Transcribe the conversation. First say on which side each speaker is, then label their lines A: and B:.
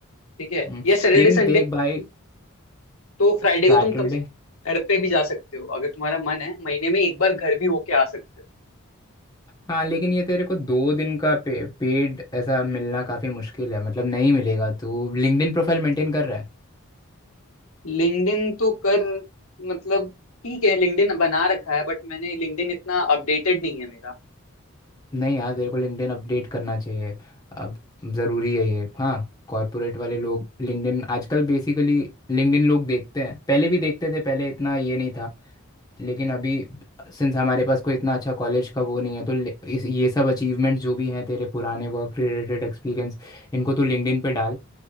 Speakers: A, on the left; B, on the left.
A: ठीक है
B: हम्म,
A: या सैटरडे
B: लेकिन
A: संडे
B: देख भाई
A: तो फ्राइडे को
B: सैटरडे
A: तुम कम से कम घर पे भी जा सकते हो अगर तुम्हारा मन है महीने में एक बार घर भी होके आ सकते
B: हाँ लेकिन ये तेरे को दो दिन का पे, पेड ऐसा मिलना काफ़ी मुश्किल है मतलब नहीं मिलेगा तू लिंक्डइन प्रोफाइल मेंटेन कर रहा है
A: हो लिंक्डइन तो कर मतलब ठीक है लिंक्डइन बना रखा है बट मैंने लिंक्डइन इतना अपडेटेड नहीं है मेरा
B: नहीं यार तेरे को लिंक्डइन अपडेट करना चाहिए अब ज़रूरी है ये हाँ कॉर्पोरेट वाले लोग लिंक्डइन आजकल बेसिकली लिंक्डइन लोग देखते हैं पहले भी देखते थे पहले इतना ये नहीं था लेकिन अभी सिंस हमारे पास कोई इतना अच्छा कॉलेज का वो नहीं है तो ले- इस ये सब अचीवमेंट जो भी हैं तेरे पुराने वर्क रिलेटेड एक्सपीरियंस इनको तो लिंक्डइन पे डाल